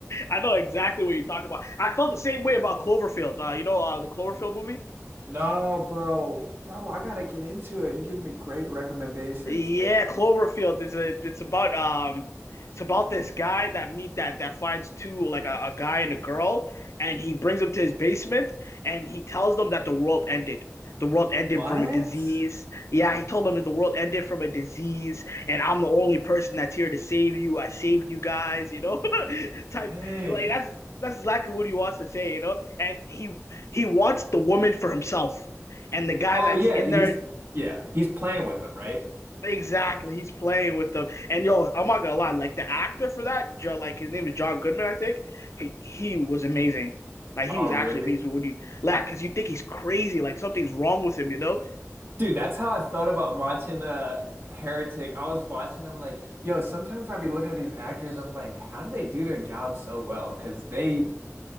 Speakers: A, on the left; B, on the right.
A: I know exactly what you're talking about. I felt the same way about Cloverfield. Uh, you know, uh, the Cloverfield movie.
B: No, bro, bro, I gotta get into it. You're giving me great recommendations.
A: Yeah, Cloverfield is a it's about um it's about this guy that meet that that finds two like a, a guy and a girl and he brings them to his basement and he tells them that the world ended. The world ended
B: What?
A: from a disease. Yeah, he told them that the world ended from a disease and I'm the only person that's here to save you. I saved you guys, you know? <laughs> Type
B: Dang.
A: like that's that's exactly what he wants to say, you know? And he he wants the woman for himself. And the guy
B: Oh,
A: that's
B: yeah,
A: in
B: he's,
A: there
B: yeah, he's playing with them, right?
A: Exactly, he's playing with them, and yo, I'm not gonna lie, like the actor for that, Jo- like his name is John Goodman, I think. He he was amazing, like he
B: Oh,
A: was actually
B: really?
A: amazing. When you like, because you think he's crazy, like something's wrong with him, you know?
B: Dude, that's how I felt about watching uh Heretic. I was watching, I'm like, yo, sometimes I'd be looking at these actors, I'm like, how do they do their job so well? Because they